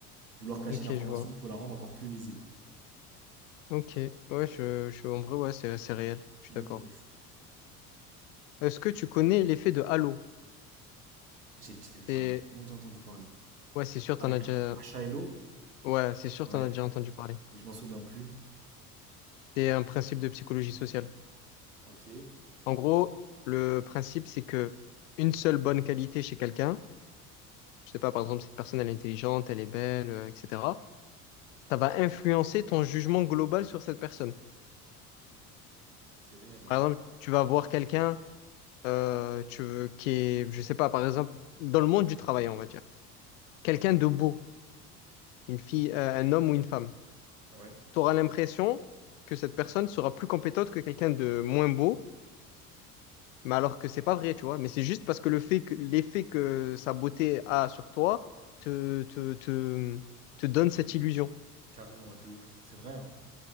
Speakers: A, on the right; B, on the left.
A: Vouloir cacher
B: Ok,
A: l'information
B: je vois.
A: peut la rendre encore plus visible.
B: Ok, ouais, je, je, en vrai, ouais, c'est c'est réel, je suis
A: Ouais,
B: d'accord.
A: de ouf.
B: Est-ce que tu connais l'effet de halo?
A: J'ai, j'en
B: C'est,
A: ai vraiment déjà entendu parler.
B: ouais, c'est sûr, t'en
A: Avec
B: as déjà,
A: un H A L O?
B: ouais, c'est sûr,
A: Ouais,
B: t'en as déjà entendu parler.
A: mais je m'en souviens plus.
B: C'est un principe de psychologie sociale.
A: Ok,
B: En gros, le principe, c'est que une seule bonne qualité chez quelqu'un, je sais pas, par exemple, cette personne, elle est intelligente, elle est belle, euh, etc., ça va influencer ton jugement global sur cette personne.
A: c'est réel,
B: Par
A: hein.
B: exemple, tu vas voir quelqu'un, euh, tu, qui est, je sais pas, par exemple, dans le monde du travail, on va dire, quelqu'un de beau une fille, euh, un homme ou une femme.
A: Ouais,
B: Tu auras l'impression que cette personne sera plus compétente que quelqu'un de moins beau, mais alors que c'est pas vrai, tu vois. Mais c'est juste parce que le fait que l'effet que sa beauté a sur toi te, te, te, te donne cette illusion.
A: carrément, de ouf. C'est vrai, hein.